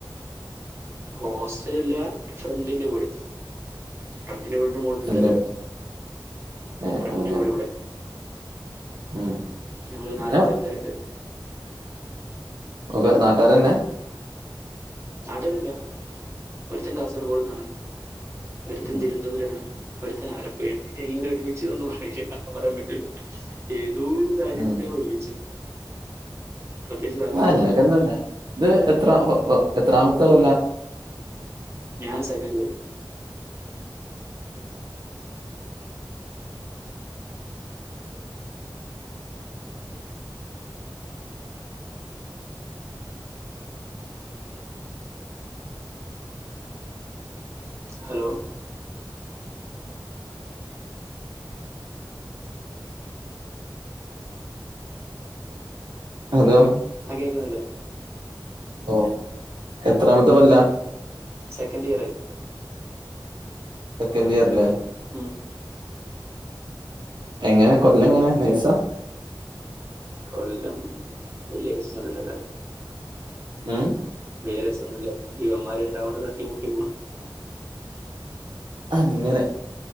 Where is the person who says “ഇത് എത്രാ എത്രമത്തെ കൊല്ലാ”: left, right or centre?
Right